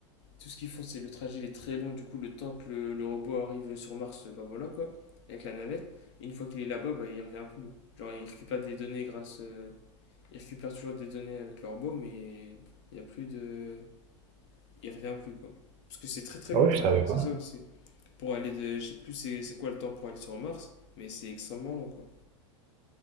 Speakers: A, on the left (about 60°); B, on the right (about 40°).
A: Tout ce qu'ils font, c'est le trajet, il est très long. Du coup, le temps que le, le robot arrive sur Mars, bah voilà, quoi. Avec la navette. Et une fois qu'il est là-bas, bah, il revient plus. Genre, il récupère des données grâce. euh, Il récupère toujours des données avec le robot, mais il n'y a plus de. il revient plus, quoi. Parce que c'est très très
B: Ah
A: long
B: ouais,
A: le trajet,
B: je savais
A: hein, c'est
B: pas.
A: ça aussi. Pour aller de. Je sais plus c'est c'est quoi le temps pour aller sur Mars, mais c'est extrêmement long, quoi.